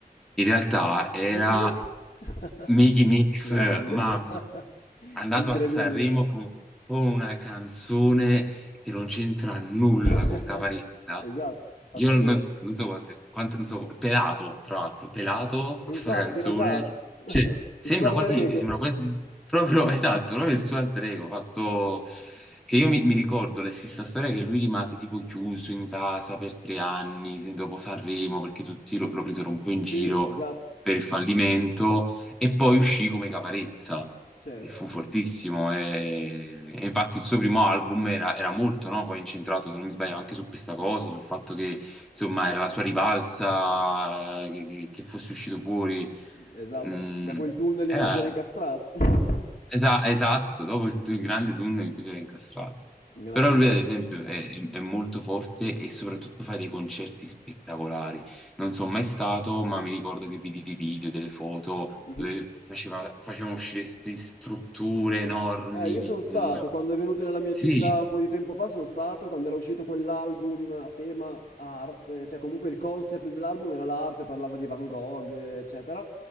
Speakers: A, in the centre; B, on the left (about 70°).
A: in realtà era
B: Mickey Mix. <laughs>
A: Miki Mix,
B: Grande,
A: mamma.
B: <laughs>
A: andato
B: incredibile.
A: a Sanremo con, con una canzone che non c'entra nulla
B: <laughs>
A: con Caparezza.
B: Esatto, assurdo.
A: Io non, so non so quante- quante- non so, Pelato, tra l'altro, Pelato, questa
B: Infatti,
A: canzone,
B: rasato. <laughs>
A: cioè, sembra
B: Il suo alter
A: quasi,
B: ego.
A: sembra quasi, proprio <laughs> esatto, proprio il suo alter ego, fatto che io mi, mi ricordo la stessa storia che lui rimase tipo chiuso in casa per tre anni se- dopo Sanremo, perché tutti lo, lo presero un po' in giro
B: Sì, esatto,
A: per il fallimento e poi uscì come Caparezza
B: certo,
A: e fu fortissimo. E, e infatti il suo primo album era, era molto, no, poi incentrato, se non mi sbaglio, anche su questa cosa, sul fatto che insomma era la sua ribalza, eh, che, che- che fosse uscito fuori.
B: esatto.
A: Mm,
B: Da quel tunnel
A: era
B: in cui si era incastrato. <laughs>
A: Esa- esatto, dopo il, il grande tunnel in cui si era incastrato.
B: Grande
A: Però lui,
B: Caparezza.
A: ad esempio, è, è molto forte e soprattutto fa dei concerti spettacolari. Non sono mai stato, ma mi ricordo che vidi dei video, delle foto
B: Mhm.
A: dove faceva, facevano uscire queste strutture enormi.
B: Eh, io
A: di-
B: sono stato,
A: mm, No.
B: quando è venuto nella mia
A: Sì,
B: città un po' di tempo fa, sono stato, quando era uscito quell'album a tema arte, cioè comunque il concept dell'album era l'arte, parlava di Van Gogh, eccetera,